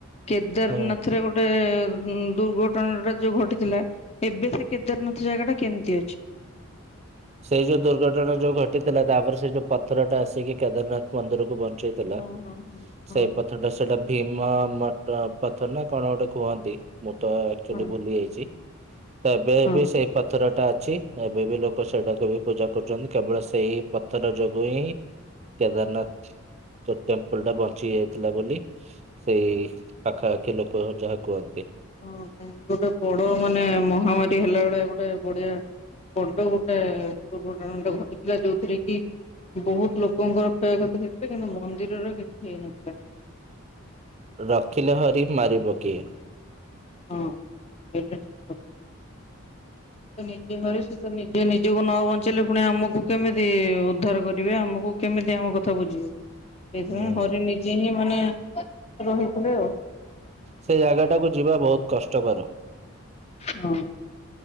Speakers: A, on the left (about 30°); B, on the right (about 30°).
A: କେଦାରନାଥରେ
B: ହଁ।
A: ଗୋଟେ ଦୁର୍ଘଟ ଟଣା ଟା ଯୋଉ ଘଟିଥିଲା ଏବେ ସେ କେଦାରନାଥ ଜାଗା ଟା କେମିତି ଅଛି?
B: ସେଇ ଯୋଉ ଦୁର୍ଘଟଣା ଯୋଉ ଘଟିଥିଲା ତାପରେ ସେ ଯୋଉ ପଥରଟା ଆସିକି କେଦାରନାଥ ମନ୍ଦିରକୁ ବଞ୍ଚେଇଦେଲା
A: ହଁ ହଁ ହଁ।
B: ସେଇ
A: ହଁ
B: ପଥରଟା ସେଇଟା ଭୀମ ମଟ ପଥର ନା କଣ ଗୋଟେ କୁହନ୍ତି। ମୁଁ ତ ଆକଚୁଆଲି
A: ହଁ।
B: ଭୁଲି ଯାଇଛି। ତ ଏବେ
A: ହଁ।
B: ବି ସେଇ ପଥର ଟା ଅଛି। ଏବେ ବି ଲୋକ ଲୋକ ସେଇଟାକୁ ବି ପୂଜା କରୁଛନ୍ତି। କେବଳ ସେଇ ପଥର ଯୋଗୁ ହିଁ କେଦାରନାଥ ଟେମ୍ପୁଲୁ ଟା ବଞ୍ଚି ଯାଇଥିଲା ବୋଲି ସେଇ ପାଖାପାଖି ଲୋକ ଯାହା କୁହନ୍ତି।
A: ହଁ ଗୋଟେ ବଡ ମାନେ ମହାମାରୀ ହେଲା ଭଳିଆ ଗୋଟେ ବଢିଆ ବଡ ଗୋଟେ ଦୁର୍ଘଟଣାଟ ଘଟିଥିଲା ଯୋଉଥିରେ କି ବହୁତୁ ଲୋକଙ୍କର କ୍ଷୟକ୍ଷତି ହେଇଥିଲା କିନ୍ତୁ ମନ୍ଦିରର କିଛି ହେଇନଥିଲା।
B: ରଖିଲେ ହରି ମାରିବ କିଏ।
A: ହଁ। ଏଇଟା ଠିକ କଥା। ସେ ତ ନିଜେ ହରି ସେ ତ ନିଜେ ନିଜେକୁ ନ ବଚେ ବଞ୍ଚିଲେ ପୁଣି ଆମକୁ କେମିତି ଉଦ୍ଧାର କରିବେ ଆମକୁ କେମିତି ଆମ କଥା ବୁଝିବେ। ସେଇଥିପାଇଁ
B: ହୁଁ
A: ହରି ନିଜେ ହିଁ ମାନେ ରହିଥିଲେ ଆଉ।
B: ସେ ଜାଗାଟାକୁ ଯିବା ବହୁତ କଷ୍ଟକର।
A: ହଁ।